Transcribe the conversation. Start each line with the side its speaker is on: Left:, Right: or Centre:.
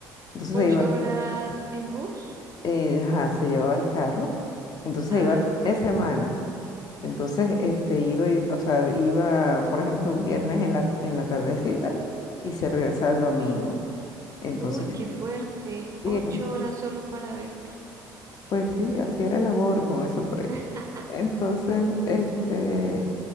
Left: Entonces
Right: ¿Ocho
Left: iba
Right: horas en bus?
Left: eh, ajá, se llevaba el carro, entonces
Right: Ah,
Left: se iba
Right: ok.
Left: de semana. Entonces, este, iba, y- o sea, iba, por ejemplo, un viernes en la, en la tardecita y se regresaba el domingo. Entonces,
Right: Uy, qué fuerte.
Left: sí,
Right: Ocho horas solo para verte.
Left: pues sí, así era el amor, como dicen por ahí.
Right: <laughs>
Left: Entonces, este,